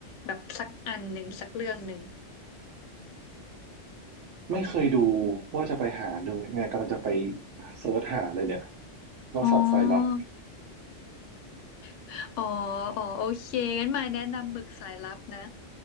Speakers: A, on the left; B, on the right.
A: แบบสักอันหนึ่งสักเรื่องหนึ่ง
B: ไม่เคยดูว่าจะไปหาดูเนี่ยกำลังจะไปเซิร์ชหาเลยเนี่ยว่าสัตว์สายลับ
A: อ๋อ <laughs> อ๋ออ๋อโอเคงั้นมายแนะนำหมึกสายลับนะ